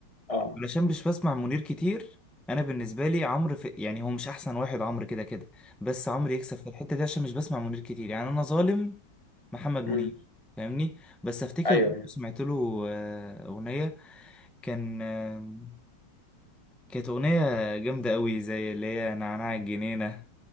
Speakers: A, on the left (about 20°); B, in the centre.
A: اه
B: علشان مش بسمع منير كتير انا بالنسبة لي عمرو في يعني هو مش احسن واحد عمرو كده كده بس عمرو يكسب في الحتة دي عشان مش بسمع منير كتير يعني انا ظالم محمد منير
A: امم
B: فاهمني بس افتكر
A: ايوه
B: برضه
A: ايوه
B: سمعت له آه، اغنية كان آم، كانت أغنية جامدة قوي زي اللي هي نعناع الجنينة